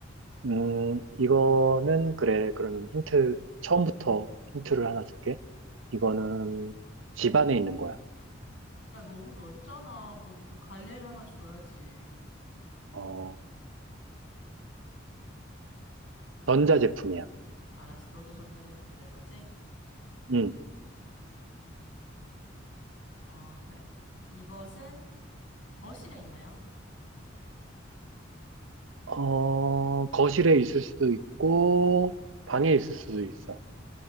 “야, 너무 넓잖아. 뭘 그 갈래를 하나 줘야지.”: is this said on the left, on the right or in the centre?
Left